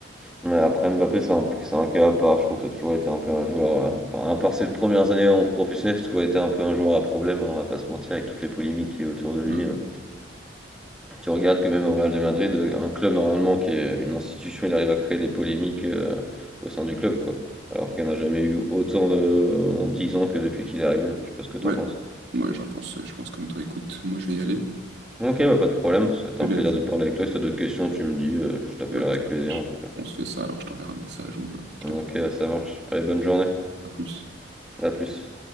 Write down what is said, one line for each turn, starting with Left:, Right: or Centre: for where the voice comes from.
Centre: Mais après Mbappé, c'est un, c'est un cas à part, je trouve que ça a toujours été un peu un joueur. euh, Enfin, à part ses premières années en professionnel, c'est toujours été un peu un joueur à problème, hein, on va pas se mentir, avec toutes les polémiques qui est autour de lui.
Right: Ouais.
Centre: hein. Tu regardes que même au Real de Madrid, euh, un club normalement qui est une institution, il arrive à créer des polémiques euh, au sein du club, quoi. Alors qu'il n'y en a jamais eu autant de... en 10 ans que depuis qu'il est arrivé. hein. Je sais pas ce que t'en
Right: Ouais,
Centre: penses.
Right: moi j'en pense, je pense comme toi. Écoute, moi je vais y aller.
Centre: Ok, bah pas de problème, ça a été
Right: Je
Centre: un
Right: te
Centre: plaisir
Right: laisse.
Centre: de parler avec toi. Si t'as d'autres questions, tu me dis, euh, je t'appellerai
Right: Ouais.
Centre: avec plaisir en tout cas.
Right: On se fait ça, alors je t'enverrai un message ou euh, je
Centre: Ok,
Right: t'appelle.
Centre: ça marche. Allez, bonne journée,
Right: À plus.
Centre: à plus.